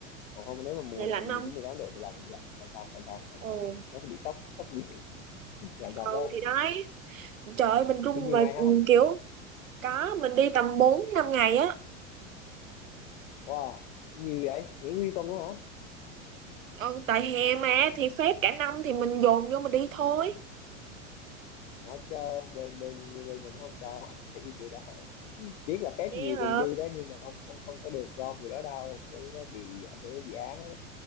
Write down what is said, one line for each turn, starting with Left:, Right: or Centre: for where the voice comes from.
Left: còn không nếu mà mùa
Right: Vậy lạnh
Left: này mười
Right: không?
Left: chín mười tám độ thì lạnh lạnh lạnh thật lạnh thật lạnh
Right: Ừ,
Left: thật nó sẽ bị sốc sốc gì <laughs> lạnh thật
Right: ừ
Left: á
Right: thì đấy. Trời ơi, mình run
Left: đi nhiều
Right: mà
Left: ngày
Right: ừ,
Left: không
Right: kiểu có mình đi tầm 4 5 ngày á
Left: wow nhiều vậy nghỉ nguyên tuần luôn hả
Right: ừ, tại hè mà thì phép cả năm thì mình dồn vô mình đi thôi
Left: nói chơi bên bên như bên mình nó không cho <laughs> cái kiểu đó biết là phép
Right: Vậy
Left: nhiều
Right: hả?
Left: còn dư đó nhưng mà không không không có được gom kiểu đó đâu kiểu nó bị ảnh hưởng đến dự án ấy.